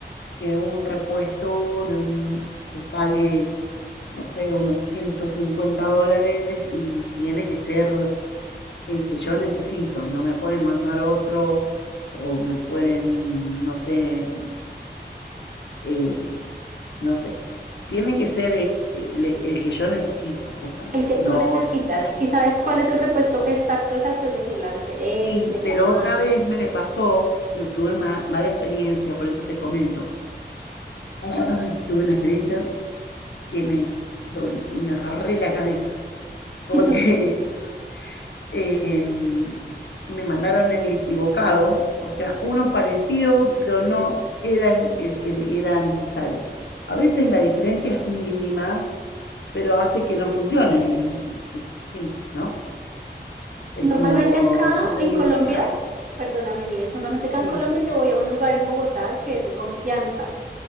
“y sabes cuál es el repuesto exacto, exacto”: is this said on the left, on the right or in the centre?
Right